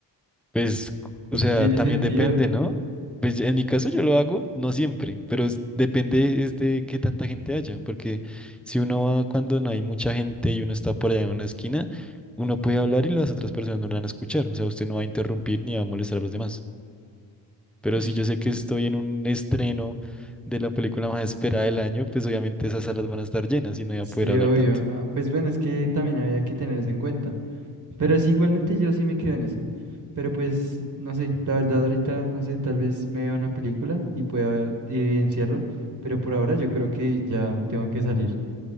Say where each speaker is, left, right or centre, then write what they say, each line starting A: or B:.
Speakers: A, in the centre; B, on the right.
A: Pues, o
B: No
A: sea,
B: tiene
A: también
B: sentido.
A: depende, ¿no? Pues en mi caso yo lo hago, no siempre, pero es- depende es de qué tanta gente haya, porque si uno va cuando no hay mucha gente y uno está por allá en una esquina, uno puede hablar y las otras personas no lo van a escuchar, o sea, usted no va a interrumpir ni va a molestar a los demás. Pero
B: Ush,
A: si yo sé que estoy en un estreno de la película más esperada del año, pues obviamente esas salas van a estar llenas y no voy
B: Sí,
A: a poder hablar
B: obvio.
A: tanto.
B: Ah, pues bueno, es que también había que tener eso en cuenta. Pero sí, igualmente yo sí me quedo en eso. Pero pues, no sé, la verdad ahorita, no sé, tal vez me vea una película y pueda evidenciarlo. Pero por ahora yo creo que ya tengo que salir.